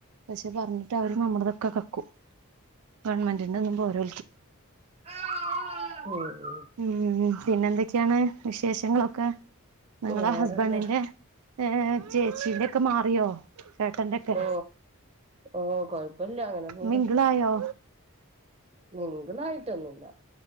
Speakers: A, on the right (about 85°); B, on the right (about 30°).
A: പക്ഷെ പറഞ്ഞിട്ട് അവര് നമ്ടെതൊക്കെ കക്കും ഗവൺമെൻ്റിൻ്റന്ന് മ്പോര്
B: അആ ആമ്
A: മ് പിന്നെ ന്തൊക്കെയാണ് വിശേഷങ്ങളൊക്കെ നിങ്ങളെ
B: ഉം വേറെന്താ
A: ഹസ്ബൻൻ്റിൻ്റെ ഏ ചേച്ചീൻ്റെക്കെ മാറിയോ ചേട്ടന്റെ ഒക്കെ
B: ഓ ഓ കൊഴ്പ്പല്ല അങ്ങനെ പോണ്
A: മിംഗിളായോ
B: നിങ്ങ്ക്കൊന്നായിട്ടൊന്നുല്ല